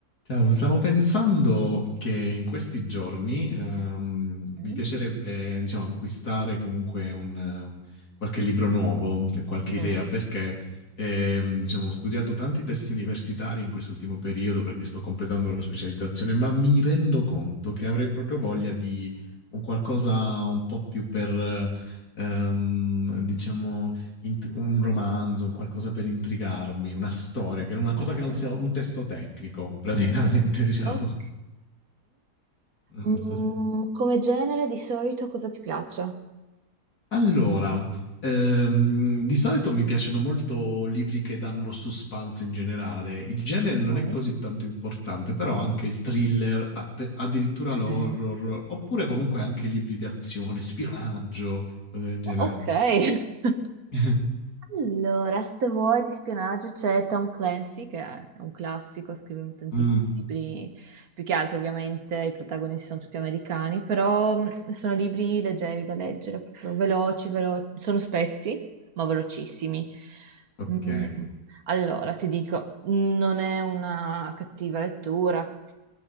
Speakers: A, on the left; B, on the right.
A: Ciao, stavo pensando che in questi giorni ehm,
B: Mm,
A: mi piacerebbe, diciamo, acquistare comunque un, ehm, qualche libro nuovo, qualche
B: Mm,
A: idea, perché ehm, diciamo, ho studiato tanti testi universitari in quest'ultimo periodo perché sto completando la specializzazione, ma mi rendo conto che avrei proprio voglia di un qualcosa un po' più per, ehm, diciamo, int- un romanzo, un qualcosa per intrigarmi, una storia, che una cosa
B: ok.
A: che non sia un testo tecnico, praticamente, <laughs> diciamo.
B: ok. Mm,
A: Non so se-
B: come genere di solito cosa ti piace?
A: Allora, ehm, di solito mi piacciono molto libri che danno suspense in generale. Il genere non
B: Ok.
A: è così tanto importante, però anche il thriller, a- pe- addirittura l'horror,
B: ok.
A: oppure comunque anche libri di azione, spionaggio, cose del genere.
B: Oh, ok. <laughs>
A: <laughs>
B: Allora, se vuoi di spionaggio c'è Tom Clancy, che è un classico, scrive tantissimi
A: Mm,
B: libri, più che altro ovviamente i protagonisti sono tutti americani, però mh, sono libri leggeri da leggere, proprio veloci, velo- sono spessi, ma velocissimi.
A: ok,
B: Mm, Allora, ti dico, non è una cattiva lettura,